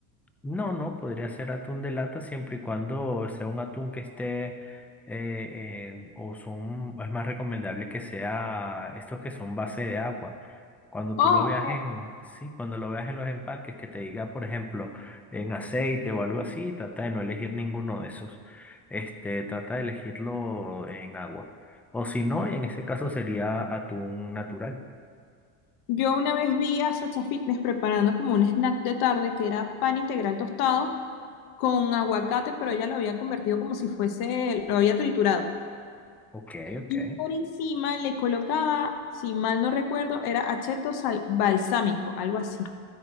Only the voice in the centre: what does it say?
No, no, podría ser atún de lata siempre y cuando sea un atún que esté, eh, eh, o son, es más recomendable que sea estos que son base de agua. Cuando
tú lo veas
en, sí, cuando lo veas en los empaques, que te diga, por ejemplo, en aceite o algo así, trata de no elegir ninguno de esos. Este, trata de elegirlo en agua. O si no, en ese caso sería atún natural.
Ok, ok.